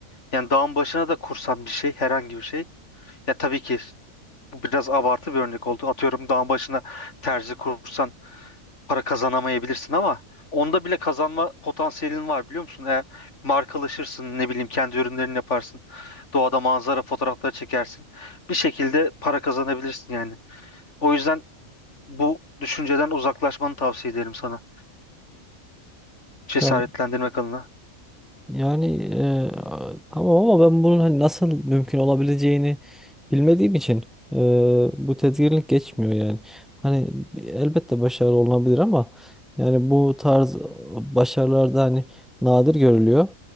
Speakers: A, on the left; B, in the centre.
A: Yani dağın başına da kursan bir şey, herhangi bir şey. Ya tabii ki bu biraz abartı bir örnek oldu. Atıyorum dağın başına terzi kursan para kazanamayabilirsin ama onda bile kazanma potansiyelin var biliyor musun? Eğer markalaşırsın, ne bileyim kendi ürünlerini yaparsın. Doğada manzara fotoğrafları çekersin. Bir şekilde para kazanabilirsin yani. O yüzden bu düşünceden uzaklaşmanı tavsiye ederim sana. Cesaretlendirmek
B: Ya-
A: adına.
B: Yani e, a- tamam ama ben bunun hani nasıl mümkün olabileceğini bilmediğim için e, bu tedirginlik geçmiyor yani. Hani elbette başarılı olunabilir ama yani bu tarz başarılarda hani nadir görülüyor.